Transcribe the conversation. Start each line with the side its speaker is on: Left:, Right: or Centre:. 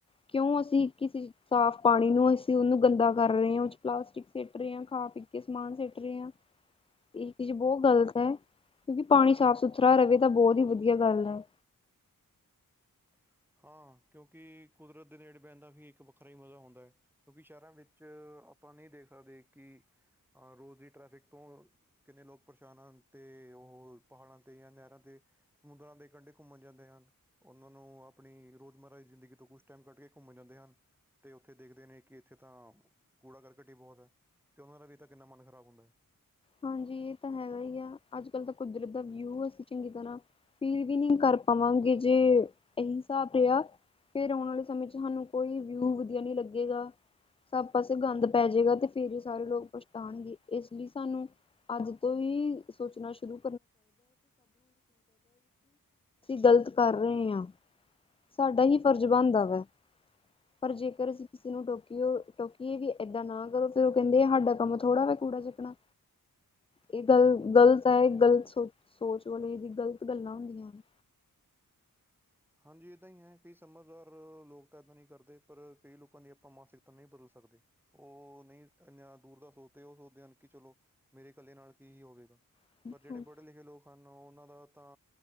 Left: ਕਿਉਂ ਅਸੀਂ ਕਿਸੇ ਸਾਫ਼ ਪਾਣੀ ਨੂੰ ਅਸੀਂ ਉਹਨੂੰ ਗੰਦਾ ਕਰ ਰਹੇ ਹਾਂ, ਉਹ ਪਲਾਸਟਿਕ ਸਟ ਰਹੇ ਹਾਂ ਖਾ ਪੀ ਕੇ <unintelligible> <unintelligible> ਸਮਾਨ ਸਿੱਟ ਰਹੇ ਆ, ਇਹ ਚੀਜ਼ ਬਹੁਤ ਗ਼ਲਤ ਹੈ। ਕਿਉਂਕਿ, ਪਾਣੀ ਸਾਫ਼ ਸੁਥਰਾ ਰਹੇ, ਤਾਂ ਬਹੁਤ ਹੀ ਵਧੀਆ ਗੱਲ ਹੈ।
Centre: <unintelligible> ਹਾਂ, ਕਿਉਂਕਿ ਕੁਦਰਤ ਦੇ ਨੇੜੇ ਬਹਿਣ ਦਾ ਵੀ ਇੱਕ ਵੱਖਰਾ ਹੀ ਮਜ਼ਾ ਹੁੰਦਾ ਹੈ, ਕਿਉਂਕਿ ਸ਼ਹਿਰਾਂ ਵਿੱਚ ਆਪਾਂ ਨਹੀਂ ਦੇਖ ਸਕਦੇ ਕਿ ਅਹ ਰੋਜ਼ ਦੀ ਟ੍ਰੈਫਿਕ ਤੋਂ ਕਿੰਨੇ ਲੋਕ ਪਰੇਸ਼ਾਨ ਹਨ। ਤੇ ਉਹ ਪਹਾੜਾਂ ਤੇ ਜਾਂ ਨਹਿਰਾਂ ਤੇ ਸਮੁੰਦਰਾਂ ਦੇ ਕੰਢੇ ਘੁੰਮਣ ਜਾਂਦੇ ਹਨ ਉਹਨਾਂ ਨੂੰ ਆਪਣੀ ਰੋਜ਼ਮਰਾ ਦੀ ਜ਼ਿੰਦਗੀ ਤੋਂ ਕੁਛ ਟਾਈਮ ਕੱਢ ਕੇ ਘੁੰਮਣ ਜਾਂਦੇ ਹਨ, ਤੇ ਉੱਥੇ ਦੇਖਦੇ ਨੇ ਕਿ ਇੱਥੇ ਤਾਂ ਕੂੜਾ -ਕਰਕਟ, ਹੀ ਬਹੁਤ ਹੈ ਤੇ ਉਹਨਾਂ ਦਾ ਵੀ ਤਾਂ ਕਿੰਨਾ ਮਨ ਖ਼ਰਾਬ ਹੁੰਦਾ ਹੈ।
Left: ਹਾਂਜੀ, ਇਹ ਤਾਂ ਹੈਗਾ ਹੀ ਆ ਅੱਜ ਕੱਲ ਤਾਂ ਕੁਦਰਤ ਦਾ ਵਿਊ ਅ ਸੀ। ਚੰਗੀ ਤਰ੍ਹਾਂ ਫੀਲ ਵੀ ਨਹੀਂ ਕਰ ਪਾਵਾਂਗੇ, ਜੇ ਇਹੀ ਹਿਸਾਬ ਰਿਹਾ। ਫਿਰ ਆਉਣ ਵਾਲੇ ਸਮੇਂ ਚ, ਸਾਨੂੰ ਕੋਈ ਵਿਊ ਵਧੀਆ ਨਹੀਂ ਲੱਗੇਗਾ। ਸਭ ਪਾਸੇ ਗੰਦ ਪੈ ਜਾਏਗਾ, ਤੇ ਫੇਰ ਹੀ ਸਾਰੇ ਲੋਕ ਪਛਤਾਣਗੇ ਇਸ ਲਈ ਸਾਨੂੰ ਅੱਜ ਤੋਂ ਹੀ, ਸੋਚਣਾ ਸ਼ੁਰੂ ਗ਼ਲਤ ਕਰ ਰਹੇ ਹਾਂ, ਸਾਡਾ ਹੀ ਫਰਜ਼ ਬਣਦਾ ਵਾ। ਪਰ ਜੇਕਰ, ਅਸੀਂ ਕਿਸੇ ਨੂੰ ਟੋ ਟੋਕਿਏ ਵੀ ਏਦਾਂ ਨਾ ਕਰੋ ਫੇਰ ਉਹ ਕਹਿੰਦੇ ਸਾਡਾ ਕੰਮ ਥੋੜ੍ਹਾ ਵਾ ਕੂੜਾ ਚੁਕਣਾ।
Centre: <unintelligible>
Left: ਇਹ ਗੱਲ ਗ਼ਲਤ ਹੈ, ਇਹ ਗਲਤ ਸੋਚ, ਸੋਚ ਵਾਲੇ ਦੀ ਗ਼ਲਤ ਗੱਲਾਂ ਹੁੰਦੀਆਂ ਨੇ।
Centre: ਹਾਂਜੀ ਏਦਾਂ ਹੀ ਹੈ, ਕਈ ਸਮਝਦਾਰ ਲੋਕ ਤਾਂ ਇੱਦਾਂ ਨਹੀਂ ਕਰਦੇ, ਪਰ ਕਈ ਲੋਕਾਂ ਦੀ ਆਪਾਂ ਮਾਨਸਿਕਤਾ ਨਹੀਂ ਬਦਲ ਸਕਦੇ। <unintelligible> ਸਕਦੇ ਉਹ ਨਹੀਂ ਇਨਾ ਦੂਰ ਦਾ ਸੋਚਦੇ, ਉਹ ਸੋਚਦੇ ਹਨ ਕਿ ਚਲੋ ਮੇਰੇ ਇਕੱਲੇ ਨਾਲ ਕੀ ਹੀ ਹੋਵੇਗਾ।
Left: ਹਨ।
Centre: ਪਰ ਜਿਹੜੇ, ਪੜ੍ਹੇ- ਲਿਖੇ ਲੋਕ ਹਨ, ਉਹਨਾਂ ਦਾ ਤਾਂ